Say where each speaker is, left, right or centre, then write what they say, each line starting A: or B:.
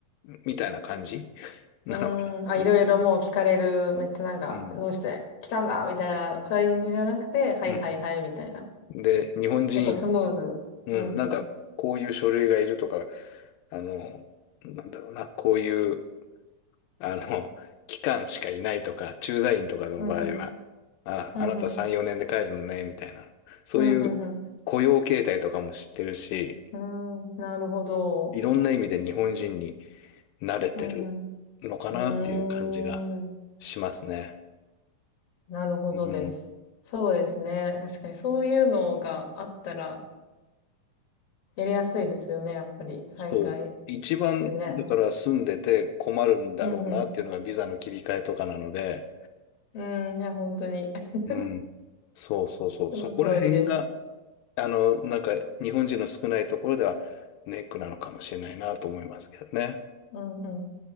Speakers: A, on the left; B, on the left.
A: みたいな感じなのかな。
B: うーん、あ、いろいろもう聞かれる、
A: うん。
B: めっちゃなんか、
A: うん。
B: どうして来たんだみたいな感じじゃなくて、はいはいはい、
A: うん。
B: みたいな。
A: で、日本人、
B: 結構スムーズ。
A: うん、
B: うんうん。
A: なんか、こういう書類がいるとか、あの、なんだろうな、こういう、あの、期間しかいないとか、駐在員とかの場合は、
B: うんうん。
A: あ、
B: うんうん。
A: あなた3、4年で帰るのね、みたいな。そういう
B: うんうん
A: 雇用形態とかも知ってるし、
B: うん。うーん、なるほど。
A: いろんな意味で日本人に慣れてる
B: うん
A: のかなっていう感じが
B: うん。うーん。
A: しますね。
B: なるほどです。
A: うん、
B: そうですね。確かにそういうのがあったらやりやすいですよね、やっぱり。海外
A: そう。一番、
B: でね。
A: だから住んでて困るんだろうなっていうのがビザの切り替えとかなので、
B: うんうん。うん、いや、本当に <laughs>
A: うん。そうそうそう。
B: その通りです。
A: そこら辺があの、なんか、日本人の少ないところではネックなのかもしれないなと思いますけどね。あ
B: うんうん。わ